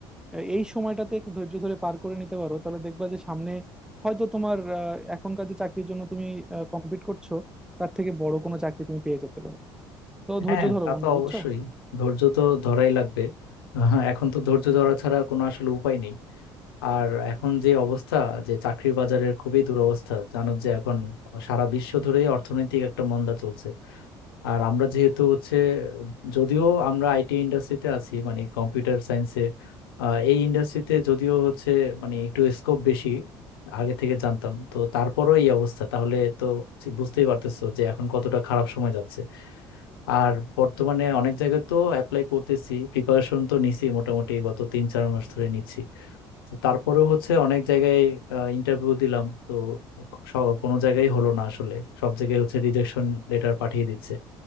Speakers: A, in the centre; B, on the left.
A: আহ, এই সময়টাতে একটু ধৈর্য ধরে পার করে নিতে পারো তাহলে দেখবা যে সামনে হয়তো তোমার আহ, এখনকার যে চাকরির জন্য তুমি কম্পিট করছো তার থেকে বড় কোনো চাকরি তুমি পেয়ে যেতে পারো তো ধৈর্য
B: হ্যাঁ
A: ধরো
B: তা
A: বন্ধু
B: তো
A: বুঝছো
B: অবশ্যই ধৈর্য তো ধরাই লাগবে হ্যাঁ, এখন তো ধৈর্য ধরা ছাড়া কোনো আসলে উপায় নেই আর এখন যে অবস্থা যে চাকরির বাজারের খুবই দুরবস্থা জানো যে এখন সারা বিশ্ব ধরেই অর্থনৈতিক একটা মন্দা চলছে আর আমরা যেহেতু হচ্ছে যদিও আমরা আইটি ইন্ডাস্ট্রিতে আছি মানে কম্পিউটার সায়েন্সে এই ইন্ডাস্ট্রিতে যদিও হচ্ছে মানে একটু স্কোপ বেশি আগে থেকে জানতাম তো তারপরও এই অবস্থা তাহলে তো বুঝতেই পারতেছো যে এখন কতটা খারাপ সময় যাচ্ছে আর বর্তমানে অনেক জায়গায় তো অ্যাপ্লাই করতেছি প্রিপারেশন তো নিছি মোটামুটি গত তিন চার মাস ধরে নিচ্ছি তো তারপরেও হচ্ছে অনেক জায়গায় ইন্টারভিউ দিলাম তো স- কোনো জায়গায় হলো না আসলে সব জায়গায় হচ্ছে রিজেকশন লেটার পাঠিয়ে দিচ্ছে